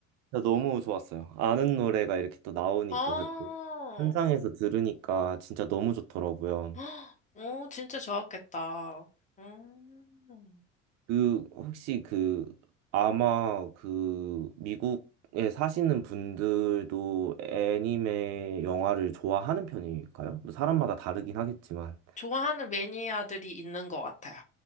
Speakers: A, on the right (about 45°); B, on the left (about 20°).
A: 진짜 너무 좋았어요. 아는 노래가 이렇게 또 나오니까
B: 어,
A: 그때 현장에서 들으니까 진짜 너무 좋더라고요.
B: 헉, 오, 진짜 좋았겠다. 음.
A: 그 혹시 그 아마 그 미국에 사시는 분들도 애니메 영화를 좋아하는 편일까요? 뭐 사람마다 다르긴 하겠지만.
B: 좋아하는 매니아들이 있는 것 같아요.